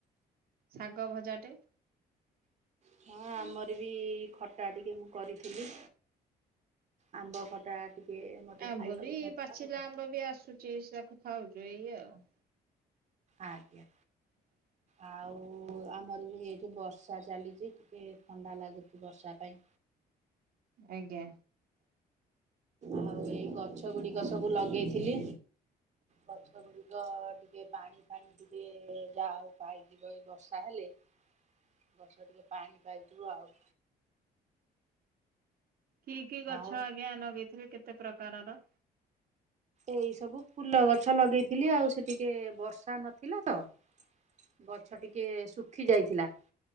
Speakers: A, on the right; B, on the right.
A: ଶାଗ ଭଜାଟେ।
B: ହଁ ଆମର ବି ଖଟା ଟିକେ ମୁଁ କରିଥିଲି। ଆମ୍ବ ଖଟା। ଟିକେ। ମତେ
A: ଆମ୍ବ
B: ଖାଇବାକୁ
A: ବି
B: ଭଲ
A: ପାଚିଲା
B: ଲାଗେ ତ
A: ଆମ୍ବ ବି ଆସୁଛି ସେ ତାକୁ ଖାଉଛୁ ଏଇ ଆଉ।
B: ଆଜ୍ଞା।
A: ହ <inaudible>
B: ଆଉ ଆମର ବି ଏଠି ବର୍ଷା ଚାଲିଛି, ଟିକେ ଥଣ୍ଡା ଲାଗୁଛି ବର୍ଷା ପାଇଁ।
A: ଆଜ୍ଞା।
B: ଆଉ ଏଇ ଗଛ ଗୁଡିକ ସବୁ ଲଗେଇଥିଲି। ଗଛ ଗୁଡିକ ଟିକେ ପାଣି ଫାଣି ଟିକେ ଯାହା <unintelligible> ଏଇ ବର୍ଷା ହେଲେ ଗଛ ଟିକେ ପାଣି ପାଇଯିବ ଆଉ।
A: କି କି ଗଛ
B: ଆଉ
A: ଆଜ୍ଞା ଲଗେଇଥିବେ କେତେ ପ୍ରକାରର?
B: ଏଇ ସବୁ ଫୁଲ ଗଛ ଲଗେଇଥିଲି ଆଉ ସେ ଟିକେ ବର୍ଷା ନଥିଲା ତ। ଗଛ ଟିକେ ଶୁଖି ଯାଇଥିଲା।